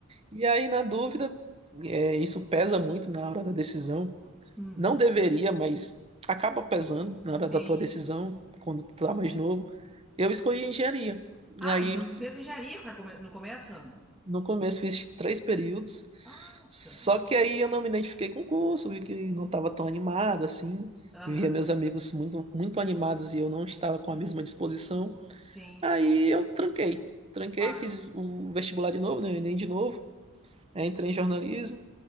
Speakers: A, on the right; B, in the centre.
A: E aí, na dúvida, é, isso pesa muito na hora da decisão.
B: Uhum.
A: Não deveria, mas acaba pesando na hora
B: Sim.
A: da tua decisão, quando tu tá mais novo. Eu escolhi engenharia.
B: Ah,
A: E aí
B: então tu fez engenharia pra come- no começo?
A: no começo fiz três períodos,
B: Nossa.
A: só que aí eu não me identifiquei com o curso, vi que não estava tão animado assim,
B: Aham.
A: via meus amigos muito, muito animados e eu não estava com a mesma disposição.
B: Sim,
A: Aí eu tranquei, tranquei,
B: claro.
A: fiz o vestibular de novo, né, o Enem de novo, aí entrei em jornalismo